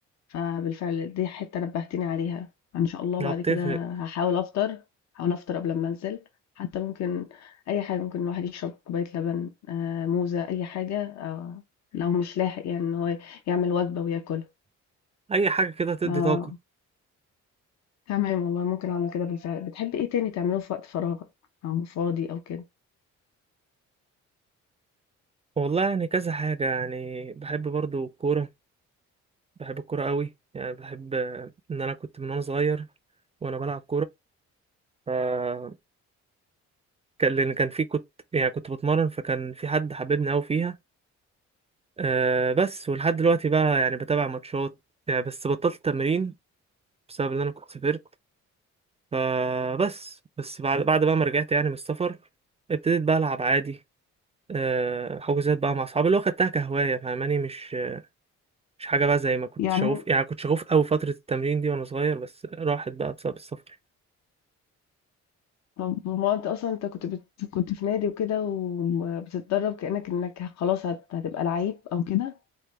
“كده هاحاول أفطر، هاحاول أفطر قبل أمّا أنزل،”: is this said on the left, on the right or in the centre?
Left